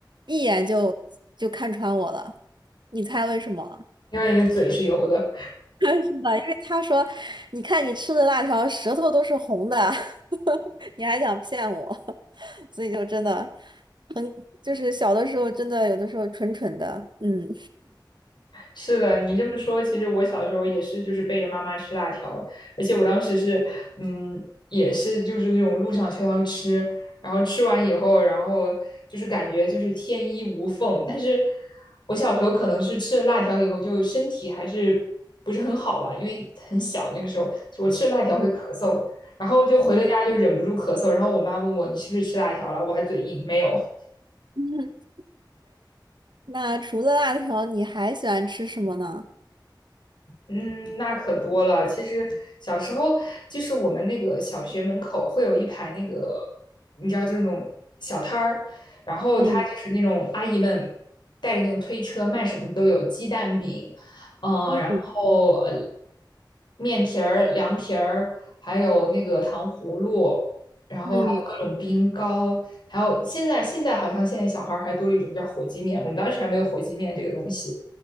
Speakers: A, on the right (about 70°); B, on the left (about 70°).
A: 一眼就就看穿我了，你猜为什么？
B: 因为你的嘴是油的。
A: 是吧？因为他说，你看你吃的辣条舌头都是红的，<laughs> 你还想骗我，<laughs> 所以就真的很，就是小的时候真的有的时候蠢蠢的，嗯
B: 是的，你这么说，其实我小时候也是，就是背着妈妈吃辣条，而且我当时是，嗯，也是就是那种路上悄悄吃，然后吃完以后，然后就是感觉就是天衣无缝。但是我小时候可能是吃了辣条以后，就身体还是不是很好吧，因为很小那个时候，我吃了辣条会咳嗽，
A: 嗯
B: 然后就回了家就忍不住咳嗽，
A: 嗯
B: 然后我妈问我你是不是吃辣条了，我还嘴硬，没有。
A: 嗯。<laughs> 那除了辣条，你还喜欢吃什么呢？
B: 嗯，那可多了。其实小时候就是我们那个小学门口会有一排那个，你知道，就是那种小摊儿，然后他就是那种阿姨们
A: 嗯
B: 带着那种推车卖什么都有，鸡蛋饼，嗯、
A: 嗯
B: 然后呃面皮儿、凉皮儿，还有那个糖葫芦，然后还有各种冰糕，
A: 嗯
B: 还有现在现在好像现在小孩儿还多了一种叫火鸡面，我们当时还没有火鸡面这个东西。